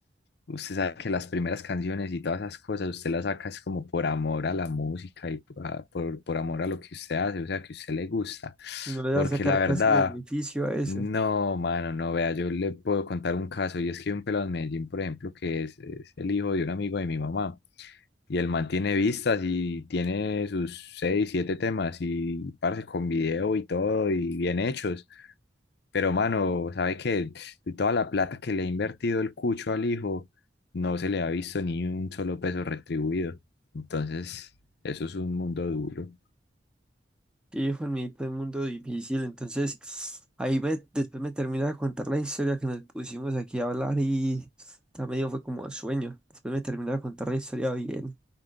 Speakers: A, on the left (about 65°); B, in the centre.
A: usted sabe que las primeras canciones y todas esas cosas, usted las saca es como por amor a la música y por, a- por, por amor a lo que usted hace, o sea, que a usted le gusta.
B: no le
A: Porque
B: va a sacar
A: la verdad,
B: casi beneficio a eso.
A: no, mano, no, vea, yo le puedo contar un caso, y es que hay un pelado en Medellín, por ejemplo, que es, es el hijo de un amigo de mi mamá, y el man tiene vistas y tiene sus seis, siete temas, y parce, con video y todo, y bien hechos. Pero, mano, ¿sabes qué? De toda la plata que le ha invertido el cucho al hijo, no se le ha visto ni un solo peso retribuido. Entonces, eso es un mundo duro.
B: Y Juanita, el mundo difícil. Entonces, ahí me, después me termina de contar la historia que nos pusimos aquí a hablar y ya medio fue como sueño. Después me termina de contar la historia bien.